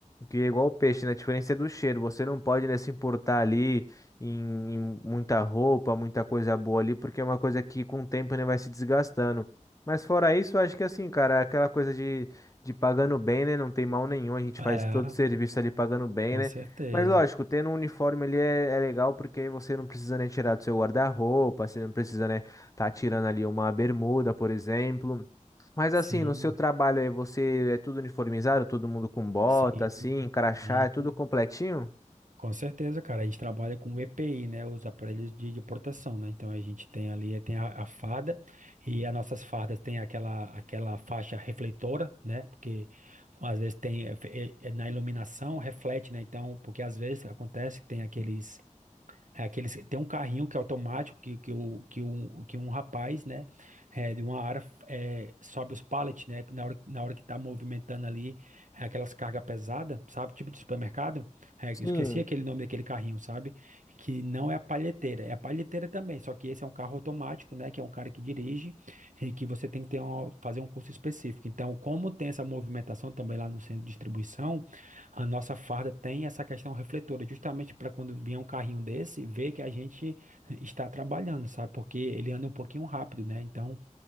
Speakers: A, on the left; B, on the right.
A: que é igual o peixe, né? A diferença é do cheiro. Você não pode, né, se importar ali em, em muita roupa, muita coisa boa ali, porque é uma coisa que com o tempo, né, vai se desgastando. Mas fora isso, eu acho que assim, cara, é aquela coisa de, de pagando bem, né? Não tem mal nenhum, a gente
B: É,
A: faz todo o serviço ali pagando bem,
B: com
A: né?
B: certeza.
A: Mas lógico, tendo um uniforme ali é, é legal porque aí você não precisa, né, tirar do seu guarda-roupa, você não precisa, né, tá tirando ali uma bermuda, por exemplo. Mas
B: Sim,
A: assim, no seu trabalho aí, você é tudo uniformizado, todo mundo com bota,
B: sim,
A: assim, crachá,
B: sim.
A: é tudo completinho?
B: Com certeza, cara. A gente trabalha com o EPI, né? Os aparelhos de, de proteção, né? Então a gente tem ali, tem a, a farda, e as nossas fardas têm aquela, aquela faixa refletora, né? Porque às vezes tem eh, eh, eh, na iluminação reflete, né? Então, porque às vezes acontece que tem aqueles é aqueles, tem um carrinho que é automático que, que, o, que, um, que um rapaz, né, é, de uma área é, sobe os pallets, né, na hora, na hora que tá movimentando ali é, aquelas cargas pesadas, sabe, tipo de supermercado. É, eu
A: Sim,
B: esqueci aquele nome daquele carrinho, sabe, que não é a palheteira, é a palheteira também, só que esse é um carro automático, né, que é um cara que dirige e que você tem que ter uma, fazer um curso específico. Então, como tem essa movimentação também lá no centro de distribuição, a nossa farda tem essa questão refletora, justamente para quando vier um carrinho desse, ver que a gente eh, está trabalhando, sabe? Porque ele anda um pouquinho rápido, né? Então,